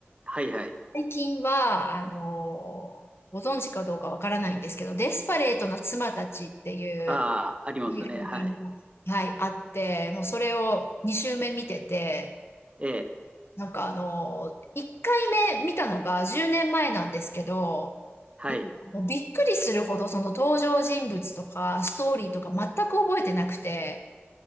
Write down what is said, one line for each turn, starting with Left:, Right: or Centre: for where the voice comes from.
Right: はい、はい。
Left: 最近は、あの、ご存知かどうかわからないんですけど、デスパレートな妻たちっていう
Right: ああ、ありますね。
Left: アメリカのドラマが、
Right: はい、
Left: はい、あって、もうそれを2週目見てて、
Right: ええ、
Left: なんかあの、1回目見たのが10年前なんですけど、
Right: はい。
Left: もう、もうびっくりするほどその登場人物とかストーリーとか全く覚えてなくて、